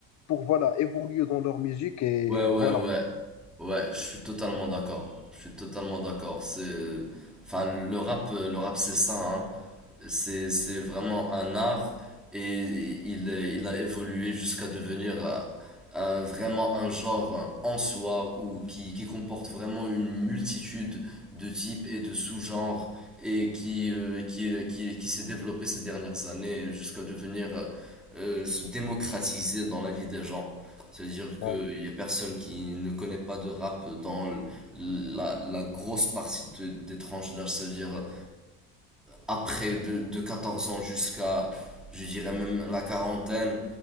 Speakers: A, on the left; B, in the centre.
A: pour, voilà, évoluer dans leur musique et,
B: Ouais, ouais,
A: voilà.
B: ouais.
A: faut-
B: Ouais, je suis totalement d'accord. Je suis totalement d'accord. C'est, enfin, le rap, euh, le rap, c'est ça, hein. C'est, c'est vraiment un art et il, il a évolué jusqu'à devenir euh, un- vraiment un genre en soi ou qui, qui comporte vraiment une multitude de types et de sous-genres et qui, euh, qui, qui, qui s'est développé ces dernières années jusqu'à devenir, euh, euh, se démocratiser dans la vie des gens. Ça veut dire
A: ouais,
B: qu'il y a personne qui ne connaît pas de rap dans l- la, la grosse partie de- des tranches d'âge. Ça veut dire après de, de 14 ans jusqu'à, je dirais même la quarantaine,